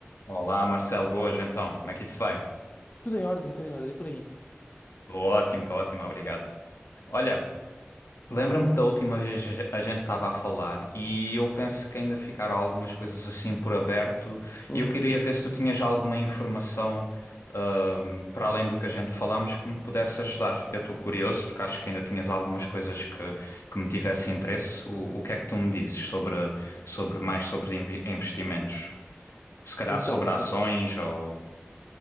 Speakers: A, on the left (about 85°); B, on the left (about 40°).
A: Olá, Marcelo, boas então. Como é que isso vai?
B: Tudo em ordem, tudo em ordem, por aí.
A: Tô ótimo, estou ótimo, obrigado. Olha, lembra-me da última vez a gente estava a falar e eu penso que ainda ficaram algumas coisas assim por aberto
B: Uhum.
A: e eu queria ver se tu tinhas alguma informação ahm, para além do que a gente falámos que me pudesse ajudar. Eu estou curioso porque acho que ainda tinhas algumas coisas que, que me tivesse interesse. O, o que é que tu me dizes sobre, sobre mais sobre invi- investimentos? Se calhar
B: Então,
A: sobre
B: ah,
A: ações ou...